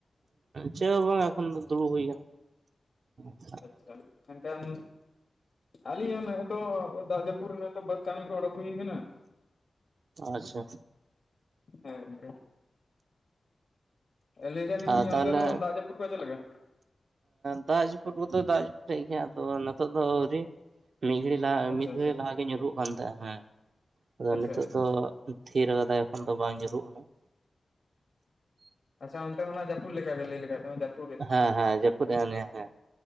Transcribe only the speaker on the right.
ᱪᱮᱫ ᱦᱚᱸᱵᱟᱝ ᱮᱠᱷᱚᱱ ᱫᱚ ᱫᱩᱲᱩᱵ ᱦᱩᱭ ᱠᱟᱱᱟ ᱾
ᱟᱪᱪᱷᱟ ᱾
ᱟᱨ ᱛᱟᱦᱚᱞᱮ
ᱫᱟᱜ ᱡᱟᱹᱯᱩᱫ ᱠᱚᱫᱚ ᱫᱟᱜ ᱡᱟᱹᱯᱩᱫ ᱮᱜ ᱜᱮᱭᱟ ᱟᱫᱚ ᱱᱤᱛᱚᱜ ᱫᱚ ᱟᱹᱣᱨᱤ ᱾ ᱢᱤᱫ ᱜᱷᱟᱹᱲᱤᱡ ᱞᱟᱦᱟ
ᱢᱤᱫ
ᱜᱷᱲᱤᱡ ᱞᱟᱦᱟ ᱧᱩᱨᱩᱜ ᱠᱟᱱ ᱛᱟᱦᱮᱸᱼᱟ ᱦᱮᱸ, ᱟᱫᱚ
ᱱᱤᱛᱚᱜ
ᱫᱚ ᱛᱷᱤᱨ ᱟᱠᱟᱫᱟᱭ ᱮᱠᱷᱚᱱ ᱫᱚ ᱵᱟᱝ ᱧᱩᱨᱩᱜ ᱟᱦᱟᱜ᱾
ᱦᱮᱸ ᱦᱮᱸ ᱡᱟᱹᱯᱩᱫ ᱦᱮᱸ ᱚᱱᱮᱭᱟ,